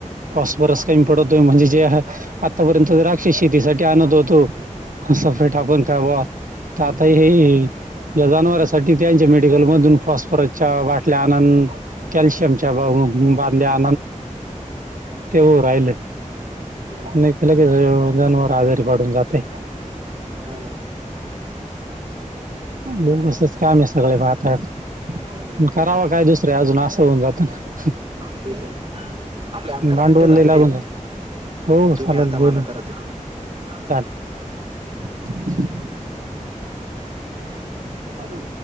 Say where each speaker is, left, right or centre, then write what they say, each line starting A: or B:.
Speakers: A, on the right; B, on the right.
A: फॉसबरस कमी पडवतो म्हणजे जे आतापर्यंत राक्षस शेतीसाठी आणत होतो. सपरेट आपण काय ब तर आता हे. या जनाववरांसाठी त्यांच्या मेडिकल मधून फॉस्फरसच्या बाटल्या आणंद कॅल्शियमच्या बादल्या तेव राहिले
B: हम्म
A: नाही त्या क ज काजारी पाडून जाते.
B: हो ना.
A: ब अससच काम आहे सगळे आता पण
B: हम्म
A: कराव काय दुसरे अजून अस. होन जातात ना.
B: ते तर आपले अकरा
A: भांडवल
B: मिनिटे
A: लय
B: झालेय.
A: लागून जात हो चालेल
B: तुम्ही आता
A: बोलू
B: मला करत इकड.
A: <inaudible> हो का?